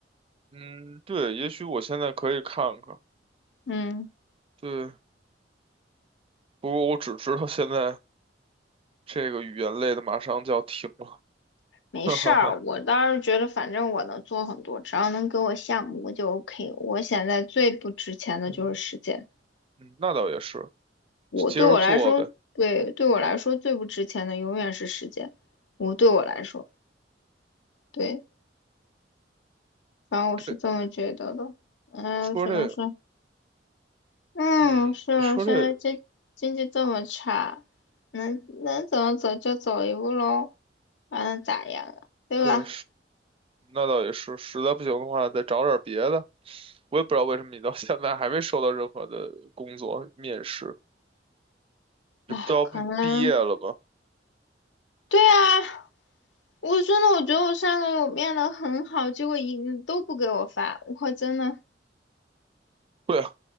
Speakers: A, on the right; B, on the left.
A: 嗯，对，也许我现在可以看看。
B: 嗯。
A: 对，不过我只知道现在这个语言类的马上就要停了，<laughs>
B: 没事儿，
A: 哈哈哈。
B: 我倒是觉得反正我能做很多，只要能给我项目我就 OK。我现在最不值钱的就是时间，
A: 嗯，嗯那倒也是，
B: 我对我来说，
A: 接着做呗。
B: 对对我来说最不值钱的永远是时间。我对我来说，对，反正我是这么觉得的。
A: 对，
B: 嗯，
A: 说这，
B: 主要是，嗯，
A: 嗯，
B: 是啊现在经经济这么差，
A: 说这，
B: 能能怎么走就走一步喽，还能咋样啊？对吧？
A: 对。那倒也是，实在不行的话，再找点别的。我也不知道为什么你到现在还没收到任何的工作面试，
B: 哎，
A: 这不都要毕毕业了吗？
B: 可能，对啊，我真的我觉得我上个月我变得很好，结果一都不给我发，我真的，
A: 对啊，